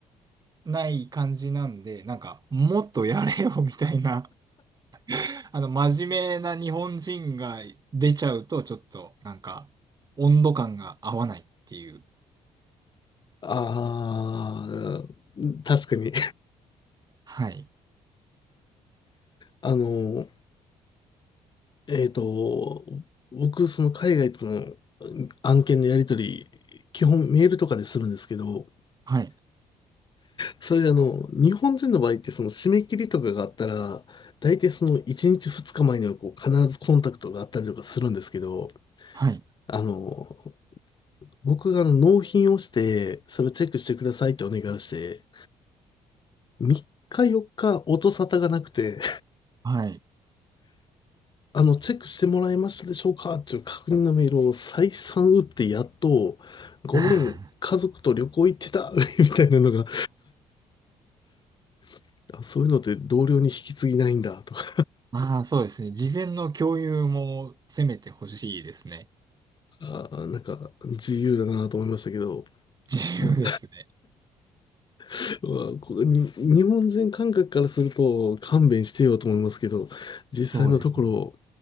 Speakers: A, on the right; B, on the left.
A: ない感じなんで、なんかもっとやれよみたいな、<laughs> あの、真面目な日本人が出ちゃうと、ちょっと、なんか、温度感が合わないっていう。
B: ああー、確かに。
A: はい。
B: <laughs> あの、えっと、僕、その海外との案件のやり取り、基本メールとかでするんですけど、
A: はい。
B: それであの、日本人の場合ってその締め切りとかがあったら、大体その1日2日前にはこう必ずコンタクトがあったりとかするんですけど、
A: はい。
B: あの、僕があの納品をして、それをチェックしてくださいってお願いをして、3日4日音沙汰がなくて、
A: はい。
B: あの、チェックしてもらえましたでしょうかという確認のメールを再三打ってやっと、ごめん、
A: <laughs> あ
B: 家族と旅行行ってた <laughs> みたいなのが、<laughs> あそういうのって同僚に引き継ぎないんだとか、
A: あ、ああ、そうですね。事前の共有もせめてほしいですね。
B: あーなんか自由だなと思いましたけど、
A: <laughs> 自由ですね。
B: まあ、<laughs> まあこれに日本人感覚からすると勘弁してよと思いますけど、実際のところ、
A: そうですね。